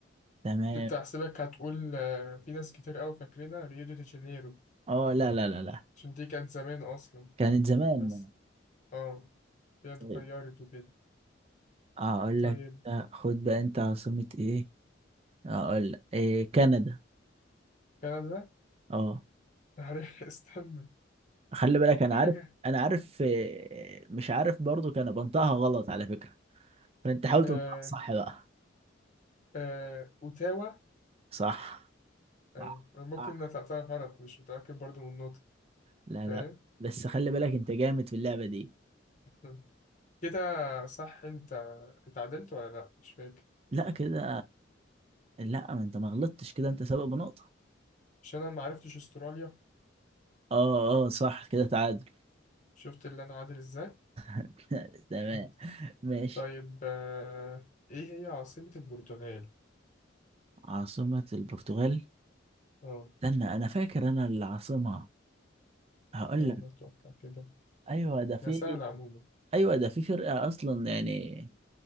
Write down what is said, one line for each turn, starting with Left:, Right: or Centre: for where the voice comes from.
Right: تمام
Left: كنت هحسبك هتقول آه، في ناس كتير قوي فاكرينها ريو دي جانيرو
Right: اه لا لا لا لا
Left: عشان دي كانت زمان أصلا
Right: كانت زمان
Left: بس اه دي اتغيرت
Right: طيب
Left: وكده
Right: هقول
Left: طيب
Right: لك خد بقى انت عاصمة ايه هقول لك إيه كندا
Left: كندا
Right: اه
Left: عارف <laughs> استنى
Right: خلي بالك انا
Left: حاجة
Right: عارف انا عارف آه، مش عارف برضو كان بنطقها غلط على فكرة فانت حاول
Left: آه
Right: تنطقها صح بقى
Left: آه أوتاوا
Right: صح
Left: أيوة
Right: صح
Left: أنا ممكن
Right: صح
Left: نطقتها غلط مش متأكد برضو من النطق
Right: لا
Left: فاهم
Right: لا بس خلي بالك انت جامد في اللعبة دي
Left: <laughs> كده صح أنت اتعدلت ولا لأ مش فاكر
Right: لا كده لا ما انت ما غلطتش كده انت سابق بنقطة
Left: عشان أنا معرفتش أستراليا
Right: اه اه صح كده تعادل
Left: شفت اللي أنا عادل إزاي
Right: <laughs> تمام
Left: <laughs>
Right: ماشي
Left: طيب آه إيه هي عاصمة البرتغال؟
Right: عاصمة البرتغال
Left: اه
Right: استنى انا فاكر انا العاصمة هقول
Left: يلا
Right: لك
Left: اتوقع كده
Right: ايوه ده في
Left: يا سهلة عموما
Right: ايوه ده في فرقة اصلا يعني